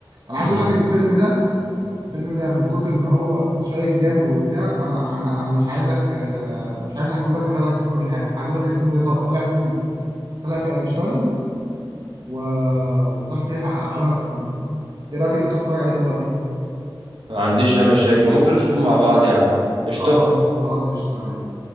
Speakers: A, on the right; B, on the right.
A: انا عايز
B: امم
A: اقول لك الفيلم ده الفيلم ده من كتر ان هو شيق جامد وبتاع فانا انا انا مش عايزك آه، مش عايز احكي لك احرق لك فيه كل حاجه عايز اقول لك ان الفيلم ده طا- طالع فيه طالع فيه اينشتاين و... وطالع فيه ع- علماء كتير ايه رايك انت تروح تتفرج عليه دلوقتي
B: ما عنديش اي مشاكل ممكن نشوفه مع بعض يا عم قشطة
A: خلاص خلاص قشطة تمام